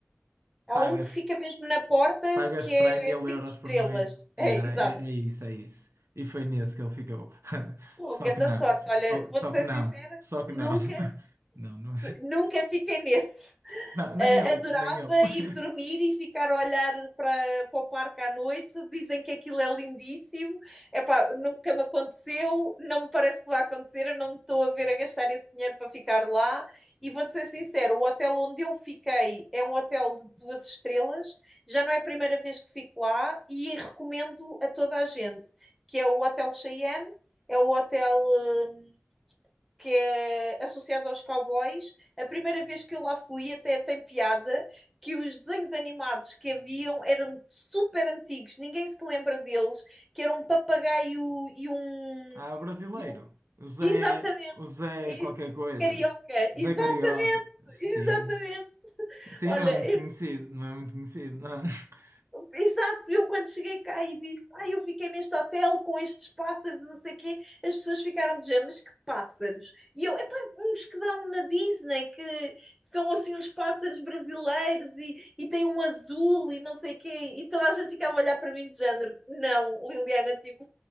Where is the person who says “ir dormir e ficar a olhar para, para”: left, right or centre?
Centre